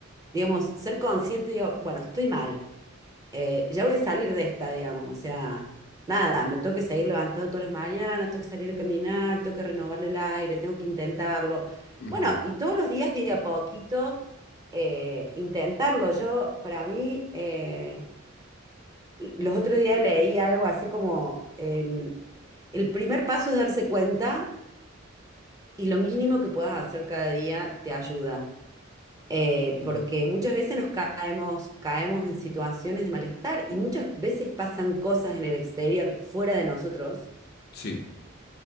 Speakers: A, on the right (about 15°); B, on the left (about 50°).
A: digamos, ser consciente, digo, bueno, estoy mal eh, ya voy a salir de esta, digamos, o sea, nada, me tengo que seguir levantando todas las mañanas, tengo que salir a caminar, tengo que renovarle el aire, tengo que intentarlo.
B: ujú.
A: Bueno, y todos los días, de a poquito, eh, intentarlo. Yo, para mí, eh, los otros días leí algo así como el, el primer paso es darse cuenta y lo mínimo que puedas hacer cada día te ayuda eh,
B: Mm,
A: porque muchas veces nos caemos, caemos en situaciones de malestar y muchas veces pasan cosas en el exterior, fuera de nosotros,
B: Sí.